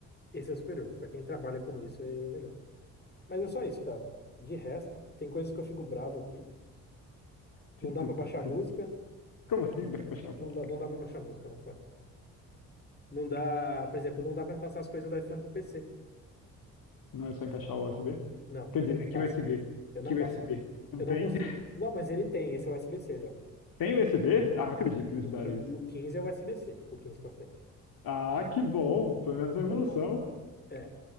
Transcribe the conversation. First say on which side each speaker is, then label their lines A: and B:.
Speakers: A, on the left (about 25°); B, on the left (about 60°).
A: esse é superior. Para quem trabalha com isso, ele é melhor. Mas é só isso, cara. De resto, tem coisas que eu fico bravo aqui.
B: Tem
A: Não dá
B: coisa
A: pra baixar
B: que eu fico.
A: música.
B: Como assim? Dá pra encaixar a
A: Não
B: música?
A: dá, não dá para baixar música no iPhone. Não dá, por exemplo, não dá pra me passar as coisas do iPhone pro PC.
B: Não é só encaixar o USB?
A: Não,
B: Quer dizer,
A: ele não
B: é que
A: passa.
B: USB.
A: Eu não
B: Que
A: passo,
B: USB.
A: né?
B: Não
A: Eu não
B: tem?
A: consigo.
B: <laughs>
A: Não, mas ele tem, esse é USB-C já.
B: Tem USB? Ah, eu acredito que eles
A: O
B: mudaram
A: quin
B: isso.
A: o quinze é USB-C, o 15 pra frente.
B: Ah, que bom! Pelo menos uma evolução.
A: É bom. É.